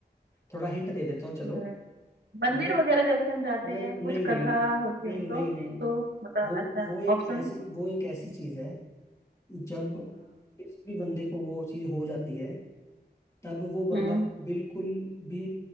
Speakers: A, on the left; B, on the right.
A: थोड़ा हिंट दे देता हूँ चलो
B: अ, मंदिर
A: जब
B: वगैरह जैसे हम जाते
A: नहीं
B: हैं कुछ
A: नहीं नहीं
B: कथा
A: नहीं
B: होती
A: नहीं
B: है तो
A: नहीं नहीं
B: तो बता
A: वो
B: अच्छा
A: वो एक
B: ऑप्शन
A: ऐसी वो एक ऐसी चीज है जब किसी भी बंदे को वो चीज हो जाती है तब वो
B: हाँ
A: बंदा बिल्कुल भी